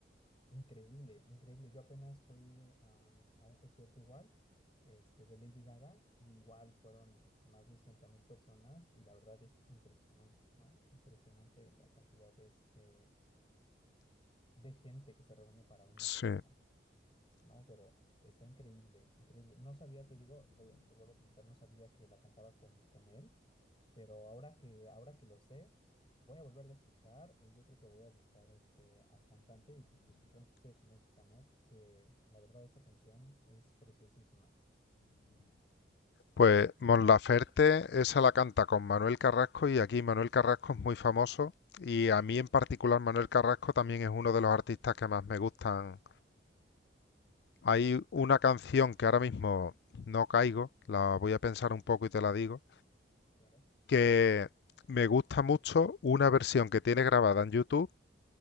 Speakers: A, on the left (about 30°); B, on the left (about 65°).
A: Increíble, increíble. Yo apenas fui am, a un concierto igual, este, de Lady Gaga, y igual fueron más de sesenta mil personas y la verdad es impresionante, ¿no? Impresionante la cantidad de, este, de gente que se reúne para un
B: Sí.
A: artista. No, pero está increíble, increíble. No sabía, te digo, te, te vuelvo a comentar, no sabía que la cantaba con, con él, pero ahora que, ahora que lo sé, voy a volverla a escuchar y yo creo que voy a buscar este, al cantante y pues escuchar un poquito de su música, ¿no? Porque la verdad esa canción es preciosísima.
B: Pues Mon Laferte, esa la canta con Manuel Carrasco y aquí Manuel Carrasco es muy famoso y a mí en particular Manuel Carrasco también es uno de los artistas que más me gustan. Hay una canción que ahora mismo no caigo, la voy a pensar un poco y te la digo,
A: Claro.
B: que me gusta mucho una versión que tiene grabada en YouTube